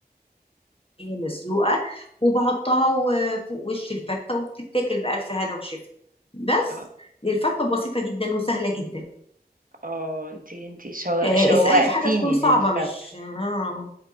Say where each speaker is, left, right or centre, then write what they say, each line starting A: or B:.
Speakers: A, on the left; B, on the right.
A: هي مسلوقة وبحطها و- فوق وش الفتة وبتتاكل بألف هنا وشفا بس
B: اه
A: الفتة بسيطة جدا وسهلة جدا
B: اه انتي انتي شو...
A: آه،
B: شوقتيني
A: اسألي في حاجة تكون صعبة
B: للفتة
A: مش اه